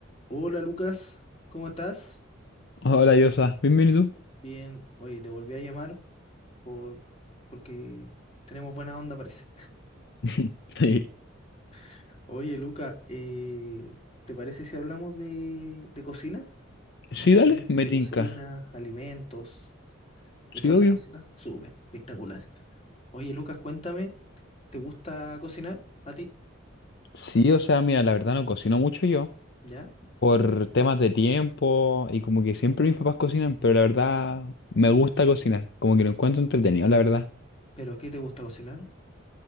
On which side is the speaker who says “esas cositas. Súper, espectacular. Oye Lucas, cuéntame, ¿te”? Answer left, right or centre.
Left